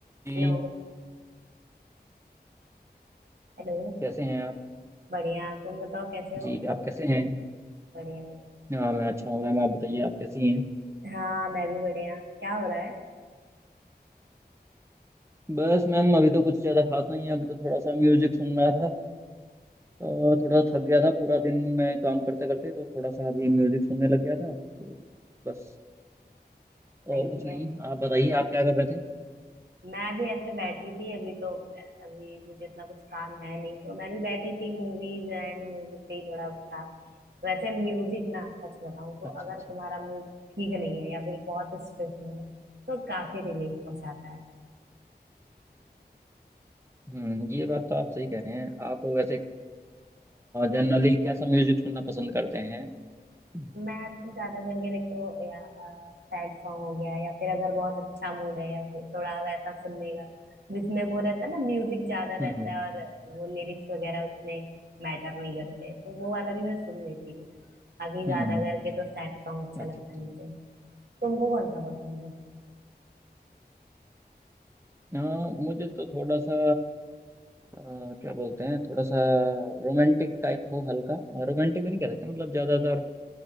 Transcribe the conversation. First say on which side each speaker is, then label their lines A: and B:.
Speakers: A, on the right; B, on the right.
A: जी
B: Hello Hello
A: कैसे हैं आप
B: बढ़िया तुम बताओ कैसे हो
A: जी आप कैसे हैं
B: बढ़िया बढ़िया
A: हाँ मैं अच्छा हूँ मैम आप बताइए आप कैसी हैं
B: हाँ मैं भी बढ़िया क्या हो रहा है
A: बस मैम अभी तो कुछ ज़्यादा खास नहीं है अभी तो थोड़ा सा म्यूजिक सुन रहा था अ, थोड़ा थक गया था पूरा दिन मैं काम करते करते तो थोड़ा सा अभी म्यूजिक सुनने लग गया था तो बस
B: सही
A: और कुछ
B: है
A: नहीं आप बताइए आप क्या कर रहे थे
B: मैं भी ऐसे बैठी थी अभी तो अभी मुझे इतना कुछ काम है नहीं तो मैं भी बैठी थी मूवीज एंड म्यूजिक पे ही थोड़ा था वैसे म्यूजिक ना सच बताऊं तो
A: अच्छा
B: अगर
A: अच्छा
B: तुम्हारा मूड ठीक नहीं है या फिर बहुत स्ट्रेस हो ना तो काफी रिलीफ पहुंचाता है
A: हम्म ये बात तो आप सही कह रहे हैं आप वैसे जनरली कैसा म्यूजिक सुनना पसंद करते हैं हम्म
B: मैं तो ज्यादा करके देखो या सैड सॉन्ग हो गया या फिर अगर बहुत अच्छा मूड है या फिर थोड़ा वैसा सुनने का जिसमें वो रहता है ना म्यूजिक ज्यादा
A: हम्म
B: रहता है और वो लिरिक्स वगैरह उतने मैटर नहीं करते तो वो वाला भी मैं सुन लेती हूँ बाकी ज्यादा
A: हम्म,
B: करके तो सैड सॉन्ग अच्छा
A: अच्छा
B: लगता
A: अच्छा
B: है मुझे तुमको कौन सा पसंद है
A: अ, मुझे तो थोड़ा सा अ, क्या बोलते हैं थोड़ा सा रोमांटिक टाइप हो हल्का रोमांटिक भी नहीं कह सकते मतलब ज्यादातर